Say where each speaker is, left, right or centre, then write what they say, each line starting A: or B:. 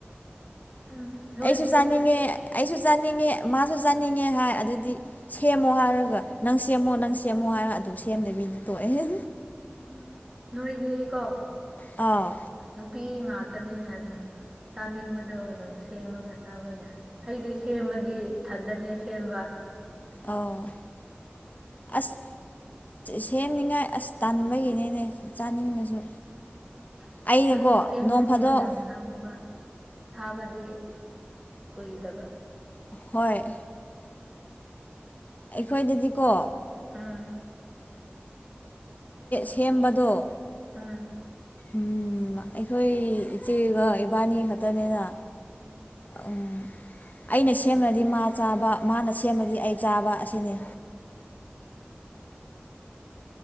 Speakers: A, on the right; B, on the left.
A: ꯎꯝ ꯅꯣꯏꯗꯤ
B: ꯑꯩꯁꯨ ꯆꯥꯅꯤꯡꯉꯦ ꯑꯩꯁꯨ ꯆꯥꯅꯤꯡꯉꯦ ꯃꯥꯁꯨ ꯆꯥꯅꯤꯡꯉꯦ ꯍꯥꯏ ꯑꯗꯨꯗꯤ ꯁꯦꯝꯃꯣ ꯍꯥꯏꯔꯒ ꯅꯪ ꯁꯦꯝꯃꯣ ꯅꯪ ꯁꯦꯝꯃꯣ ꯍꯥꯏꯔꯒ ꯑꯗꯨꯝ ꯁꯦꯝꯗꯣꯏꯅꯤ ꯣ ꯑꯦꯍ
A: ꯎ ꯅꯣꯏꯗꯤꯀꯣ
B: ꯑꯥꯎ
A: ꯅꯨꯄꯤ ꯉꯥꯛꯇꯅꯤꯅ ꯑꯗꯨꯝ ꯆꯥꯅꯤꯡꯕꯗꯣ ꯑꯗꯨꯝ ꯁꯦꯝꯃꯒ ꯆꯥꯕ ꯌꯥꯏ ꯑꯩꯗꯤ ꯁꯦꯝꯃꯒꯤ ꯏꯊꯟꯗꯅꯦ ꯁꯦꯝꯕ
B: ꯑꯥꯎ ꯑꯁ ꯁꯦꯝꯅꯤꯡꯉꯥꯏ ꯑꯁ ꯇꯥꯟꯕꯒꯤꯅꯦꯅꯦ ꯆꯥꯅꯤꯡꯉꯁꯨ
A: <inaudible>
B: ꯑꯩꯅꯀꯣ
A: ꯖꯤꯅꯦꯁ ꯁꯦꯝꯕꯗꯤ
B: ꯅꯣꯡ ꯐꯥꯗꯣꯛ
A: ꯃꯇꯝ ꯆꯪꯕ ꯊꯥꯕꯗꯤ ꯀꯨꯏꯗꯕ
B: ꯍꯣꯏ ꯑꯩꯈꯣꯏꯗꯗꯤꯀꯣ
A: ꯎꯝ
B: ꯁꯦꯝꯕꯗꯣ
A: ꯎꯝ
B: ꯎ ꯑꯩꯈꯣꯏ ꯏꯆꯦꯒ ꯏꯕꯥꯅꯤ ꯈꯛꯇꯅꯤꯅ ꯎ ꯑꯩꯅ ꯁꯦꯝꯃꯗꯤ ꯃꯥ ꯆꯥꯕ ꯃꯥꯅ ꯁꯦꯝꯃꯗꯤ ꯑꯩ ꯆꯥꯕ ꯑꯁꯤꯅꯤ
A: <inaudible>